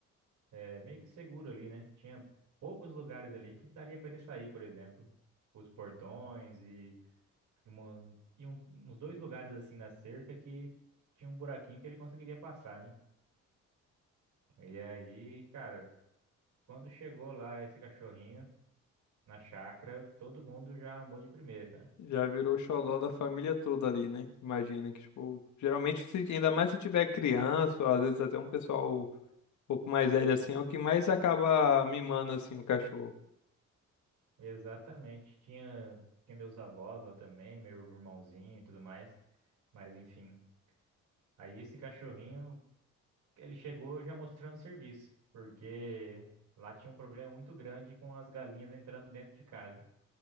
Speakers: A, on the right; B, on the left.
A: é, meio que seguro ali, né? Tinha poucos lugares ali que daria pra ele sair, por exemplo, os portões e E uma- e um- uns dois lugares assim na cerca que tinha um buraquinho que ele conseguiria passar, né? E aí, cara, quando chegou lá esse cachorrinho na chácara, todo mundo já amou de primeira, cara.
B: Já virou xodó da família toda ali, né? Imagina que, tipo, geralmente, se, ainda mais se tiver criança, ou às vezes até um pessoal um pouco mais velho assim, é o que mais acaba mimando assim o cachorro.
A: Exatamente. Tinha, tinha meus avós lá também, meu irmãozinho e tudo mais. Mas enfim. Aí esse cachorrinho, ele chegou já mostrando serviço, porque lá tinha um problema muito grande com as galinhas entrando dentro de casa.